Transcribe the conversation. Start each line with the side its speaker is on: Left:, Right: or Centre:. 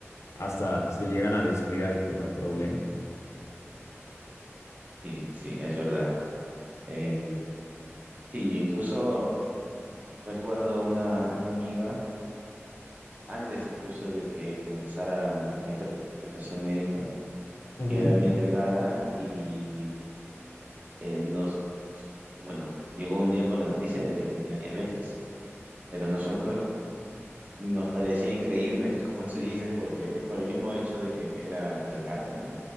Left: hasta se llegan a descuidar y que no hay problema.
Right: sí, sí, es verdad. Eh, Sí, incluso recuerdo una, una amiga, antes incluso de que comenzara la interpretación médica,
Left: Ujú.
Right: que era bien delgada y eh, nos, bueno, llegó un día con la noticia de que tenía diabetes, pero nosotros nos parecía increíble, <laughs> como tú dices, porque por el mismo hecho de que era delgada, ¿no?